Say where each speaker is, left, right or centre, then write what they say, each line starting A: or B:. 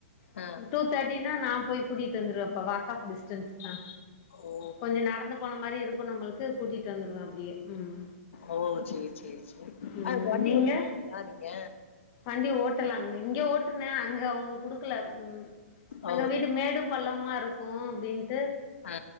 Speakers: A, on the left; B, on the left.
A: அ
B: டூ தேட்டினா நா போய் கூட்டிட்டு வந்துருவேபா வாக் ஆப் டிஸ்டன்ஸ் தா
A: ஓ!
B: கொஞ்சோ நடந்து போன மாரி இருக்கு நம்மளுக்கு கூட்டிட்டு வந்துருவே அப்டியே ம்
A: ஓ சேரி சேரி சேரி
B: ம்
A: அ வண்டி
B: நீங்க
A: ஓட்ட மாட்டிங்களா நீங்க
B: வண்டி ஓட்டல அங்க இங்க ஓட்டுனே அங்க அவுங்க குடுக்கல ம் அங்க
A: ஓ!
B: வீடு மேடும் பளமாருக்கு அப்டின் ட்டு
A: ஆ